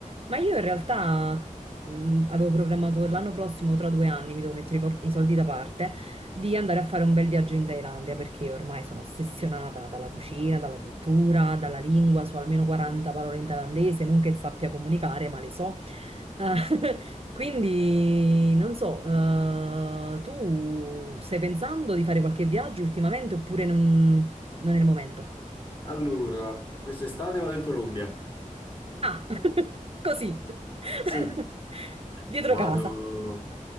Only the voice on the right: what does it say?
Ma io in realtà mh, avevo programmato per l'anno prossimo, tra due anni, mi devo mettere i, por- i soldi da parte, di andare a fare un bel viaggio in Thailandia perché ormai sono ossessionata dalla cucina, dalla cultura, dalla lingua, so almeno 40 parole in thailandese, non che sappia comunicare, ma le so. Eh, <laughs> quindi non so, eh, tu stai pensando di fare qualche viaggio ultimamente oppure non, non è il momento?
Ah, <laughs> così,
<laughs> dietro
casa.